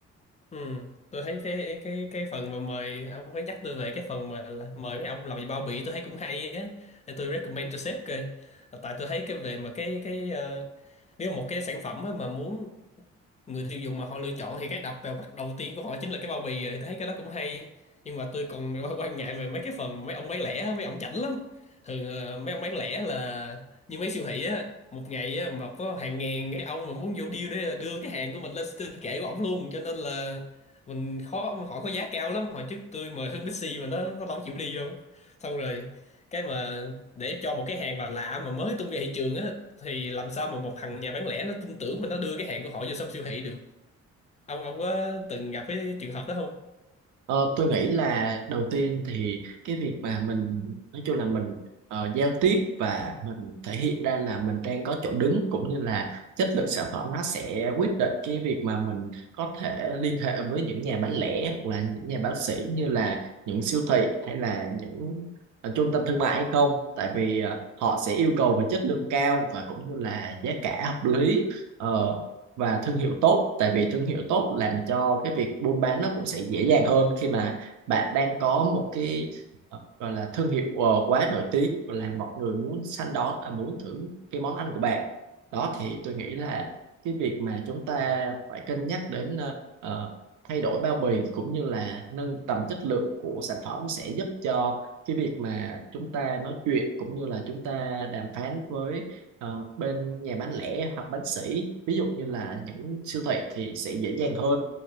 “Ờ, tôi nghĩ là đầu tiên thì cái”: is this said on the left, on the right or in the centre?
Right